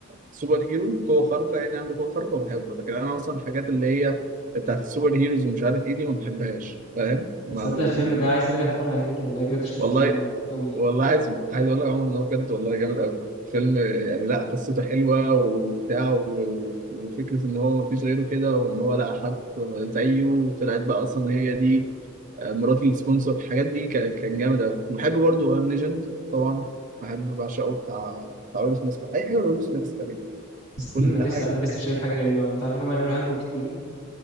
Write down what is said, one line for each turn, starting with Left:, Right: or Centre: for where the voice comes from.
Right: سوبر هيرو قوه خارقه يعني عنده قوه خارقه وبحبه لكن انا اصلا الحاجات اللي هي بتاعت السوبر هيروز ومش عارف ايه دي ما بحبهاش فاهم ما
Left: تصدق الفيلم ده عايز ارجع اتفرج عليه تاني والله بجد شفتوش
Right: والله
Left: من زمان قوي قوي يعني
Right: والله عايز عايز اقول لك يا عمر ان هو بجد والله جامد قوي فيلم يعني لا قصته حلوه وبتاع و- وفكره ان هو مفيش غيره كده وان هو لقى حد زيه طلعت بقى اصلا هي دي آه، مرات السبونسر الحاجات دي كان كان جامد قوي وبحب برضه ام ليجند طبعا بحب بعشقه بتاع بتاع ويل سميث بقى. اي حاجه ويل سميث تقريبا
Left: استنى،
Right: كل
Left: انا
Right: حاجه
Left: لسه انا لسه شايف حاجه غريبه قوي انت عارف ان هم يعملوا هانكوك اتنين